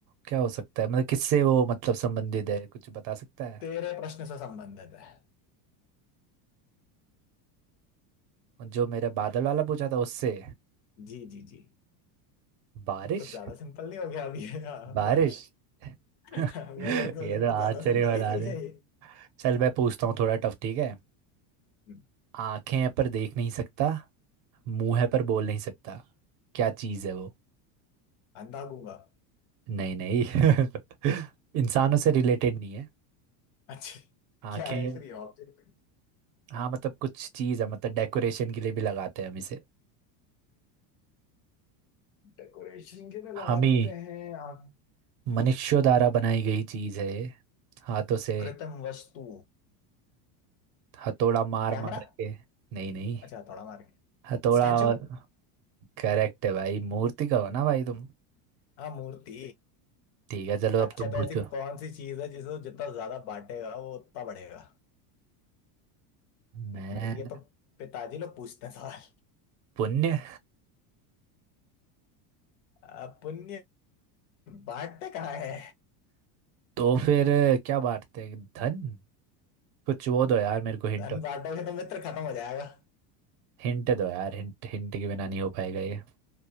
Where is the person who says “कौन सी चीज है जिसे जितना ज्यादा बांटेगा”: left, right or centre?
Left